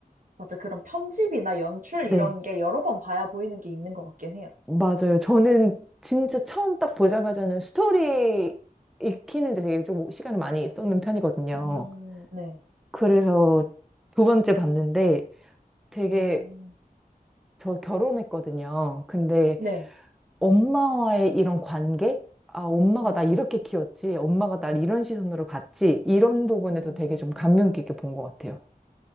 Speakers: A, on the right (about 60°); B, in the centre.
A: 맞아. 그런 편집이나 연출
B: 네,
A: 이런 게 여러 번 봐야 보이는 게 있는 것 같긴 해요.
B: 맞아요. 저는 진짜 처음 딱 보자마자는 스토리 익히는데 되게 좀 시간을 많이 쏟는 편이거든요.
A: 음, 네.
B: 그래서 두 번째 봤는데 되게
A: 음,
B: 저 결혼했거든요. 근데
A: 네.
B: 엄마와의 이런 관계? 아, 엄마가
A: 음,
B: 나 이렇게 키웠지. 엄마가 날 이런 시선으로 봤지. 이런 부분에서
A: 음,
B: 되게 좀 감명 깊게 본 것 같아요.